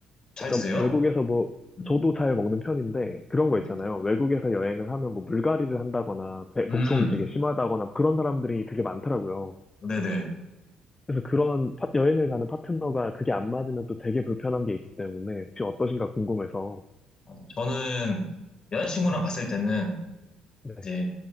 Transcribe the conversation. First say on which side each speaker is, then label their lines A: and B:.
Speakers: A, on the left; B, on the left.
A: 잘
B: 약간
A: 드세요?
B: 외국에서 뭐
A: 음,
B: 저도 잘 먹는 편인데 그런 거
A: 네.
B: 있잖아요. 외국에서 여행을 하면 뭐 물갈이를 한다거나 배-
A: 음,
B: 복통이 되게 심하다거나 그런 사람들이 되게 많더라고요.
A: 네네.
B: 그래서 그런 파- 여행을 가는 파트너가 그게 안 맞으면 또 되게 불편한 게 있기 때문에 혹시 어떠신가 궁금해서.
A: 맞아요. 저는 여자친구랑 갔을 때는
B: 네.
A: 이제